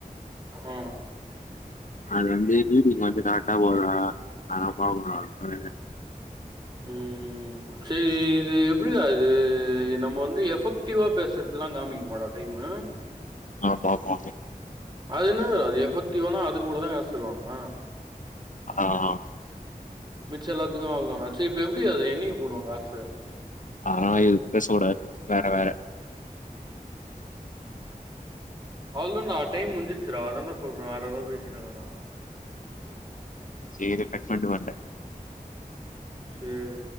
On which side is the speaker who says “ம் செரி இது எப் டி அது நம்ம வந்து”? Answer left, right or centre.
Right